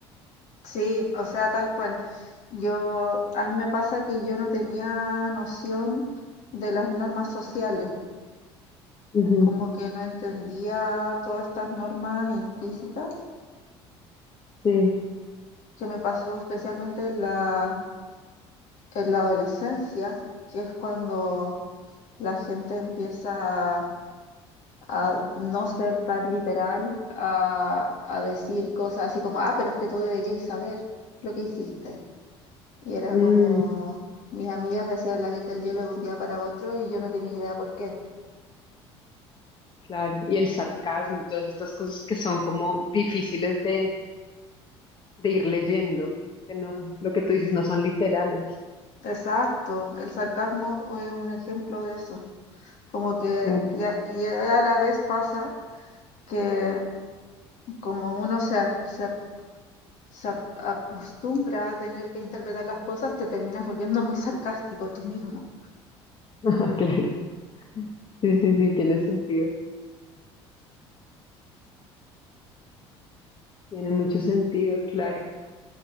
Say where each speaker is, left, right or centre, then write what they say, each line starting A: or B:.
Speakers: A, on the left (about 60°); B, on the left (about 35°).
A: Sí, o sea, tal cual. Yo, a mí me pasa que yo no tenía noción de las normas sociales,
B: Ujú,
A: como que no entendía todas estas normas implícitas,
B: Sí.
A: que me pasó especialmente en la, en la adolescencia, que es cuando la gente empieza a no ser tan literal, a, a decir cosas así como, ah, pero es que tú deberías saber lo que hiciste. Y era
B: Mm,
A: como mis amigas me hacían la ley del hielo de un día para otro y yo no tenía idea por qué.
B: claro. Y el sarcasmo y todas estas cosas que son como difíciles de, de ir leyendo, que no, lo que tú dices no son literales.
A: Exacto, el sarcasmo es un ejemplo de eso. Como que,
B: Claro.
A: y a, y a la vez pasa que como uno se, a- se, a- se a- acostumbra a tener que interpretar las cosas, te terminas volviendo muy sarcástico tú mismo.
B: <laughs> Claro. Sí, sí, sí, tiene sentido. Tiene mucho sentido, claro.